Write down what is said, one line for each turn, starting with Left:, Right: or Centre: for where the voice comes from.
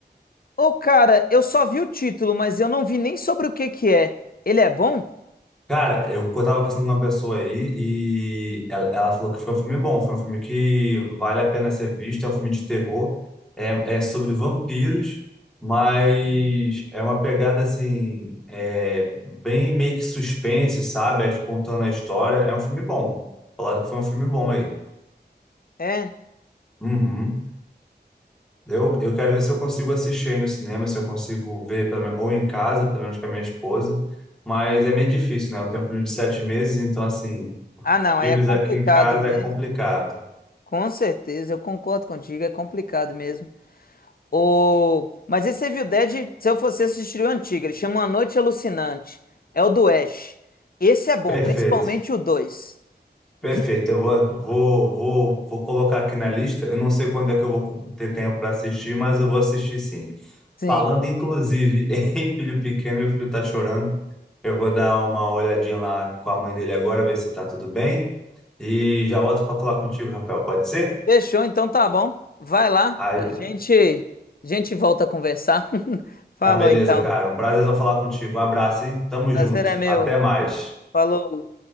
Left: Ô, cara, eu só vi o título, mas eu não vi nem sobre o que que é. Ele é bom?
Centre: Cara, eu co- tava conversando com uma pessoa aí e ela, ela falou que foi um filme bom, foi um filme que vale a pena ser visto, é um filme de terror, é, é sobre vampiros, mas é uma pegada assim, é, bem meio que suspense, sabe? É, contando a história, é um filme bom. Falaram que foi um filme bom aí.
Left: É.
Centre: Uhum. Eu, eu quero ver se eu consigo assistir aí no cinema, se eu consigo ver, pelo menos, ou em casa, pelo menos com a minha esposa, mas é meio difícil, né? Eu tenho um filho de sete meses, então assim.
Left: Ah, não,
Centre: Filmes
Left: aí é complicado
Centre: aqui em casa
Left: mesmo.
Centre: é complicado.
Left: Com certeza, eu concordo contigo, é complicado mesmo. O... Mas esse Evil Dead, se eu fosse assistir o antigo, ele chama A Noite Alucinante. É o do Ash. Esse é bom,
Centre: Perfeito,
Left: principalmente o dois
Centre: perfeito.
Left: Viu?
Centre: Eu vou, vou, vou, vou colocar aqui na lista. Eu não sei quando é que eu vou ter tempo para assistir, mas eu vou assistir sim.
Left: Sim.
Centre: Falando inclusive <laughs> em filho pequeno, meu filho está chorando. Eu vou dar uma olhadinha lá com a mãe dele agora, ver se está tudo bem. E já volto para falar contigo, Rafael. Pode ser?
Left: Fechou, então tá bom. Vai lá,
Centre: Ah,
Left: a gente, a gente volta a conversar. <laughs> Falou
Centre: tá beleza,
Left: então.
Centre: cara. Um prazer falar contigo. Um abraço, hein? Tamo
Left: Prazer
Centre: junto.
Left: é meu.
Centre: Até mais.
Left: Falou.